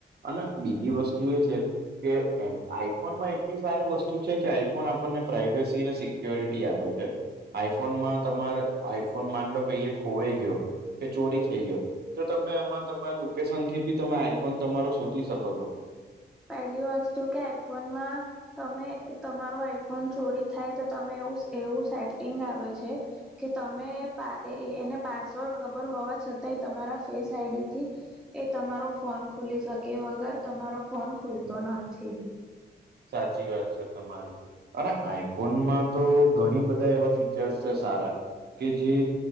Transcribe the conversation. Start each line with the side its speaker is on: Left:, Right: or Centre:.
Right: અને બીજી વસ્તુ એ છે. કે આઈફોનમાં એટલી સારી વસ્તુ છે કે આઈફોન આપણને પ્રાાઈવેસી અને સિક્યોરિટી આપે છે. આઈફોનમાં તમારે આઈફોન માનલો કહીએ ખોવાઈ ગયો. કે ચોરી થઈ ગયો તો ત તમે આમાં તમારા લોકેશન થી બી તમે આઈફોન તમારો શોધી શકો છો.
Centre: પહેલી વસ્તુ કે આઈ ફોનમાં. તમે તમારો આઈફોન ચોરી થાય તો તમે એવું એવું સેટિંગ આવે છે. કે તમે પ એ એ એને પાસવર્ડ ખબર હોવા છતાંય તમારા ફેસ આઈડી થી. એ તમારો ફોન ખુલી શકે વગર તમારો ફોન ખુલતો નથી.
Right: સાચી વાત છે તમારી. અને આઈફોનમાં તો ઘણી બધા એવા ફીચર્સ છે સારા કે જે